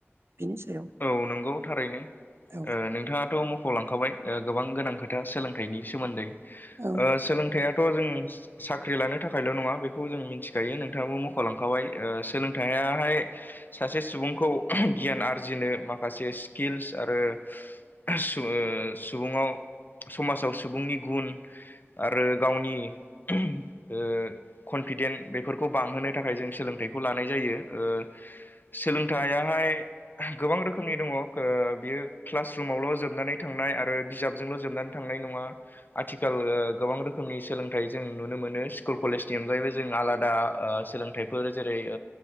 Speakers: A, on the right; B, on the left.
A: बिनि सायाव
B: औ नंगौ थारैनो
A: औ
B: नोंथाङाथ' मख'लांखाबाय गोबां गोनां खोथा सोलोंथाइनि सोमोन्दै
A: औ
B: ओ सोलोंथाइयाथ' जों साख्रि लानो थाखायल' नङा बेखौ जों मिथिखायो नोंथाङाबो मख'लांखाबाय सोलोंथायाहाय सासे सुबुंखौ गियान आरजिनो माखासे स्किल्स आरो सुबुङाव समाजाव सुबुंनि गुन आरो गावनि ओ कनफिदेन् बेफोरखौ बांहोनो थाखाय जों सोलोंथाइखौ लानाय जायो ओ सोलोंथाइयाहाय गोबां रोखोम रोखोमनि दङ बियो क्लास रुमावल' जोबनानै थांनाय आरो बिजाबजोंल' जोबनानै थांनाय नङा आथिखाल गोबां रोखोमनि सोलोंथाइ जों नुनो मोनो स्कुल कलेजनि अनगायैबो जों आलादा ओ सोलोंथाइ खथायफोर जेरै